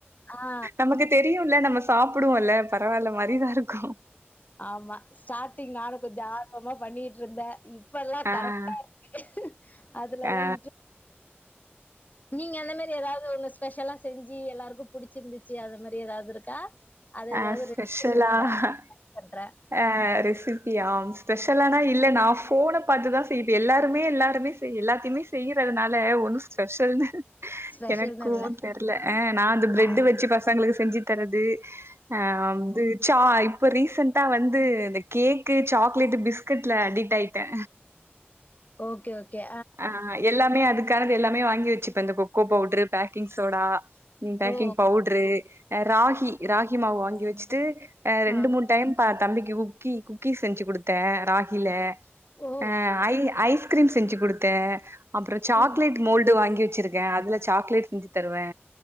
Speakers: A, on the left; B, on the right.
A: ஆ.
B: நமக்கு தெரியுமில்ல நம்ம சாப்புடுவோம்ல பரவாயில்ல மாதிரிதா இருக்கும்.
A: ஆமா ஸ்டாட்டிங் நானு கொஞ்ச ஆ அது மார் பண்ணிட்ருந்த இப் இப்பல்லா
B: ஆ
A: கரெக்டா இருக்கு அதுலல்லா
B: ஆ
A: இன்ட்ரெ நீங்க அந்தமாரி எதாவது ஒன்னு ஸ்பெஷலா செஞ்சி எல்லாருக்கு புடிச்சிருந்துச்சி அத மாரி எதாது இருக்கா அது ஏதாவது
B: ஆ ஸ்பெஷலா
A: ரெசிபி சொல்லுங்க.
B: அ
A: பண்றேன்.
B: ஆ ரிஸ் திருப்பியா ஸ்பெஷலானா இல்ல நா ஃபோன பாத்துதா செய்வே எல்லாருமே எல்லாருமே சோ எல்லாத்தையுமே செய்யுறதுனால ஒண்ணு ஸ்பெஷல்னு
A: ஸ்பெஷல்னு
B: எனக்கு
A: இல்ல.
B: தெர்ல நா இந்த பிரட்
A: ஆ,
B: வெச்சு பசங்களுக்கு செஞ்சு தரது ஆ வந்து சா இப்ப ரீசண்ட்டா வந்து இந்த கேக்கு சாக்லேட் பிஸ்கட்ல அடிட் ஆய்ட்ட
A: ஓகே, ஓகே.
B: ஆ எல்லாமே அதுக்கானது எல்லாமே வாங்கி வெச்சுப்பே இந்த கொக்கோ பவுடரு பேக்கிங் சோடா பேக்கிங்
A: ஓ!
B: பவுட்ரு ராகி ராகி மாவு வாங்கி வெச்சிட்டு அ ரெண்டு
A: ஆ.
B: மூணு டைம் ப தம்பிக் குக்கி குக்கிஸ் செஞ்சு குடுத்தே ராகில
A: ஓ!
B: ஏ ஐடியா ஐஸ்கிரீம் செஞ்சு குடுத்தே அப்புற சாக்லேட்
A: ம்.
B: மோல்டு வாங்கி வச்சிருக்கே அதுல சாக்லேட் செஞ்சு தருவே